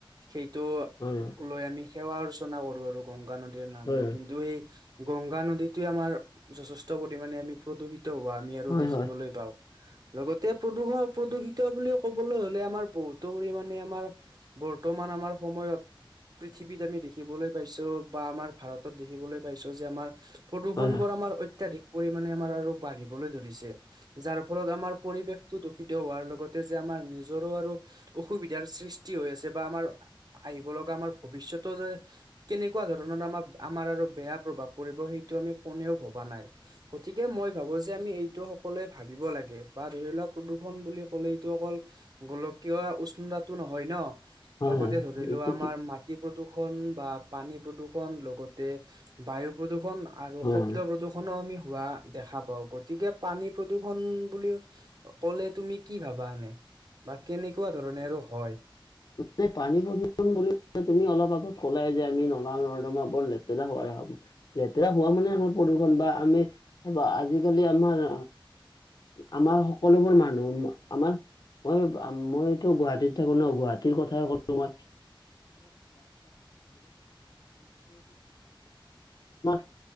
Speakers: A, on the right (about 50°); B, on the left (about 50°).
A: সেইটো।
B: হয়
A: লৈ আমি সেৱা অৰ্চনা কৰো আৰু গংগা নদীৰ নাম
B: হয়
A: লৈ কিন্তু সেই। গংগা নদীতোৱে আমাৰ যথেষ্ট পৰিমণে আমি প্ৰদূষিত হোৱা আমি আৰু দেখিবলৈ
B: হয় হয় হয় হয় হয় হয়
A: পাওঁ। লগতে প্ৰদূষণ প্ৰদূষিত বুলি ক'বলৈ হ'লে আমাৰ বহুতো পৰিমাণে আমাৰ। বৰ্তমান আমাৰ সময়ত। পৃথিৱীত আমি দেখিবলৈ পাইছো বা আমাৰ ভাৰতত দেখিবলৈ পাইছো যে আমাৰ। প্ৰদূষণ
B: হয় হয়
A: বোৰ আমাৰ অত্যাধিক পৰিাণে আমাৰ আৰু বাঢ়িবলৈ ধৰিছে। যাৰ ফলত আমাৰ পৰিৱেশ। দূষিত হোৱাৰ লগতে যে আমাৰ নিজৰো আৰু অসুবিধাৰ সৃষ্টি হৈ আছে বা আমাৰ। আহিব লগা আমাৰ ভৱিষ্যতো যে কেনেকুৱা ধৰণৰ আমাৰ আমাৰ আৰু বেয়া প্ৰভাৱ। পৰিব সেইটো আমি কোনেও ভবা নাই। গতিকে মই ভাবো যে আমি এইটো সকলোৱে ভাবিব লাগে বা ধৰি লোৱাক প্ৰদূষণ বুলি ক'লে এইটো অকল। গোলকীয় উষ্ণতাটো নহয় ন
B: হয়
A: লগতে
B: হয়
A: ধৰিলো
B: এইটো
A: আমাৰ।
B: ঠিক
A: মাটি প্ৰদূষণ বা পানী প্ৰদূষণ লগতে বায়ু প্ৰদূষণ। আৰু
B: হয়
A: শব্দ
B: হয়
A: প্ৰদূষনো আমি হোৱা দেখা পাওঁ গতিকে পানী প্ৰদূষন বুলি। ক'লে তুমি কি ভাবা এনে বা কেনেকুৱা ধৰণে আৰু হয়।
B: নে পানী প্ৰদূষণ। তুমি অলপ আগত কলাই যে আমি নলা নৰ্দমা বৰ লেতেৰা হোৱা দেখা পাওঁ। লেতেৰা হোৱা মানে আমাৰ প্ৰদূষণ বা আমি আজিকালি আমাৰ। আমাৰ সকলোবোৰ মানুহ আমাৰ মই। মইতো গুৱাহাটীত থাকো ন গুৱাহাটীৰ কথাই কলো মই। <inaudible>